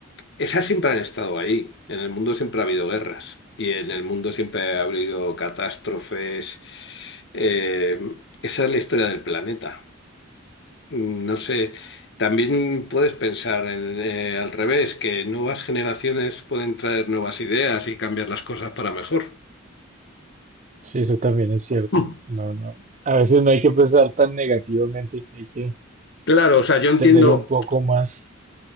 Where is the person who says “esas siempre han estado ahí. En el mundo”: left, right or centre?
Left